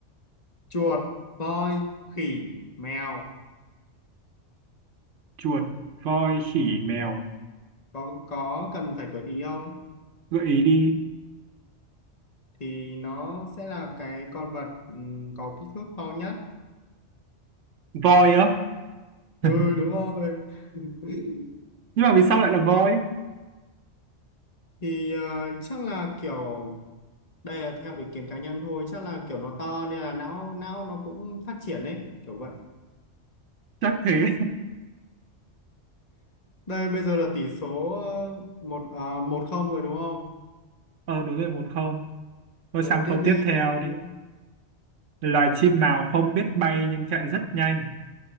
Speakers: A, on the left; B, on the right.
A: chuột voi khỉ mèo
B: chuột voi khỉ mèo
A: có có cần phải gợi ý không
B: gợi ý đi
A: thì nó sẽ là cái con vật ừm, có kích thước to nhất
B: voi á
A: ừ
B: <laughs>
A: đúng rồi <laughs>
B: nhưng mà vì sao lại là voi
A: thì ờ, chắc là kiểu đây là theo ý kiến cá nhân thôi chắc là kiểu nó to nên là não não nó cũng phát triển ấy kiểu vậy
B: chắc thế
A: đây bây giờ là tỷ số ờ, một à, một không rồi đúng không
B: <laughs> ờ đúng rồi một không rồi
A: rồi
B: sang
A: tiếp
B: câu
A: đi
B: tiếp theo
A: tiếp
B: đi
A: đi.
B: Loài chim nào không biết bay nhưng chạy rất nhanh?